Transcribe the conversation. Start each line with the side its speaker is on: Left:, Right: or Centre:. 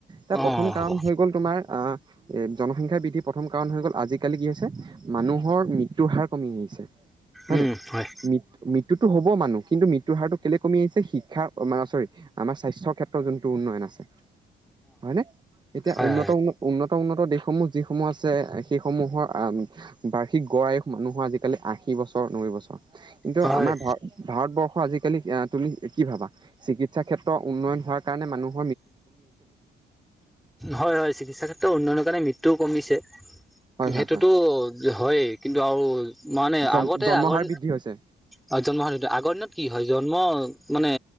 Right: তাৰ
Centre: অ
Right: প্ৰথম কাৰণ
Centre: হ'ব
Right: হৈ গ'ল তোমাৰ এ জনসংখ্যা বৃদ্ধিৰ প্ৰথম কাৰণ হৈ গ'ল আজিকালি কি হৈছে মানুহৰ মৃত্যুৰ হাৰ কমি আহিছে। হয়
Centre: উম
Right: নে নাই?
Centre: হয়
Right: মৃত্যুতটো হ'ব মানুহ, কিন্তু মৃত্যুৰ হাৰতটো কেলে কমি আহিছে শিক্ষাৰ আমাৰ চৰি আমাৰ স্বাস্থ্যৰ ক্ষেত্ৰত যোনটো উন্নয়ন আছে। হয় নে? এতিয়া
Centre: হয়
Right: উন্নত-উন্ন-উন্নত-উন্নত
Centre: হয়
Right: দেশসমূহ যি সমূহ আছে সেইসমূহৰ বাৰ্ষিক গঢ়ায় মানুহৰ আজিকালি আশী বছৰ নৈবৈ বছৰ। কিন্তু
Centre: হয়
Right: আমাৰ ভাৰ ভাৰতবৰ্ষ আজিকালি তুমি কি ভাবা? চিকিৎসা ক্ষেত্ৰৰ উন্নয়ন হোৱাৰ কাৰণে মানুহ
Centre: হয়-হয়। চিকিৎসা ক্ষেত্ৰত উন্নয়নৰ কাৰণে মৃত্যুও কমিছে,
Right: হয়
Centre: সেইটোতো
Right: হয় হয়
Centre: হয়। কিন্তু আৰু মানে
Right: জন
Centre: আগতে
Right: জন্মহাৰ
Centre: আগৰ
Right: বৃদ্ধি হৈছে
Centre: আৰু জন্ম হ আগৰ দিনত কি হয়। জন্ম মানে